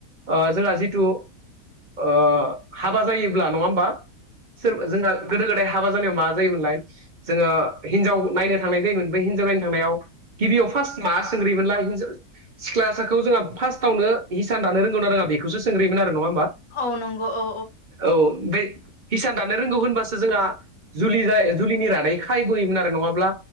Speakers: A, on the right; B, on the left.
A: ओ जोंहा जिथु ओ हाबा जायोब्ला नङा ओमबा सोर जोंहा गोदो गोदाय हाबा जानायाव मा जायोमोनलाय जोङो हिनजाव नायनो थांनाय जायोमोन बे हिनजाव नायनो थांनायाव गिबियाव फास मा सोंग्रोयोमोनलाय सिख्लाखौ जोंहा फार्स्टआवनो हिसान दानो रोंगौ आरो आङं बेखौसो सोंग्रोयोमोन आरो बा
B: औ नंगौ औ नंगौ औ
A: औ ओमफ्राय हिसान दानो रोंगौ होनबासो जोंङा जुलि जा जुलिनि रादै खायबोयोमोन आरो नङाब्ला